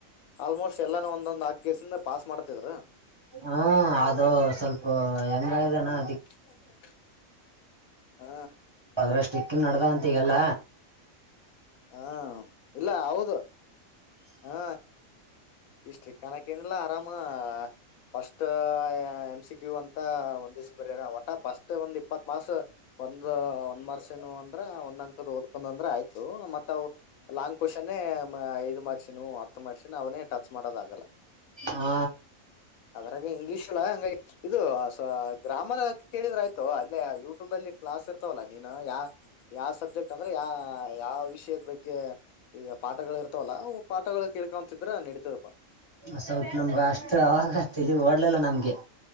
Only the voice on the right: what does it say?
ಹ ಅದು ಸ್ವಲ್ಪ ಹೆಂಗಾನ
ಅದರಷ್ಟು ಕನ್ನಡದ ಹಂತ ಗಲ್ಲ
ಹಾ
ಸ್ವಲ್ಪ ನಮ್ಗ ಅಷ್ಟು ಅವಾಗಶ ಓಡ್ಲಲ್ಲ ನಮ್ಗೆ